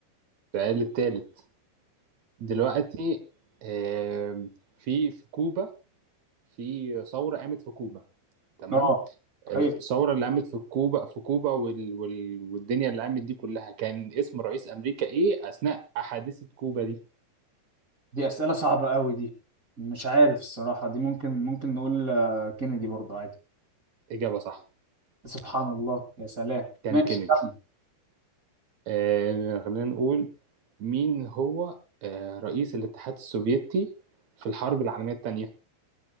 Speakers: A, on the right (about 80°); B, on the right (about 30°).
A: السؤال التالت دلوقتي آم، في في كوبا في ثورة قامت في كوبا تمام
B: اه صحيح
A: آه، الثورة اللي قامت في كوبا في كوبا وال... وال... والدنيا اللي قامت دي كلها كان اسم رئيس أمريكا إيه أثناء حادثة كوبا دي
B: دي اسئله صعبه قوي دي مش عارف الصراحه دي ممكن ممكن نقول آه، كينيدي برضه عادي
A: إجابة صح
B: سبحان الله يا سلام
A: كان
B: ماشي
A: كينيدي
B: كمل
A: آه، خلينا نقول مين هو آه، رئيس الاتحاد السوفيتي في الحرب العالمية التانية